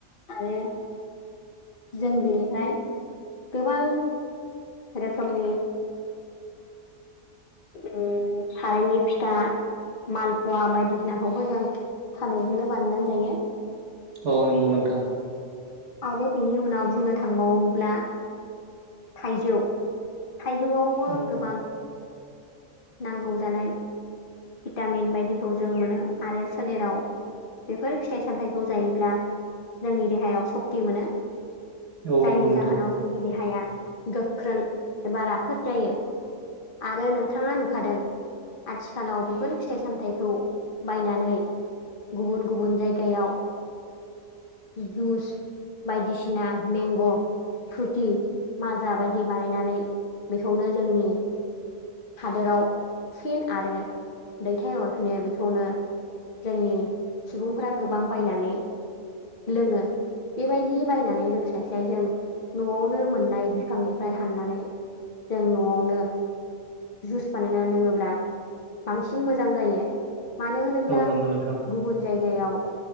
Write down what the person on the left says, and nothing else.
आरो जों बिनिफाय गोबां रोखोमनि ओम सारायनि फिथा। मालपवा बायदिसिनाखौबो जों फानैजोंनो बानायनानै जायो।
आरो बिनि उनाव बुंनो थांबावोब्ला थाइजौ। थाइजौआवबो
गोबां नांगौ जानाय भिटामिन बायदिखौ जों मोनो आरो सोलेराव बेफोर फिथाइ सामथायाइखौ जायोब्ला जोंनि देहायाव सक्ति मोनो।
जायनि
जाहोनाव जोंनि देहाया गोख्रों एबा राफोद जायो आरो नों नोंथाङा नुखादों आथिखालाव बेफोर फिथाइ सामथायाइखौ बायनानै गुबुन गुबुन जायगायाव जुस बायदिसिना मेंग' फ्रुति माजा बायदि बानायनानै बेखौनो जोंनि। हादोराव फिन आरो दैथायहरफिनो बिखौनो जोंनि सुबुंफोरा गोबां बायनानै लोङो। बेबायदि बायनानै लोंस्लायस्लाय जों न'आवनो मोननाय बिफांनिफ्राय हाननानै जों न'आवनो जुस बानायना लोङोब्ला बांसिन मोजां जायो। मानो होनोब्ला
गुबुन जायगायाव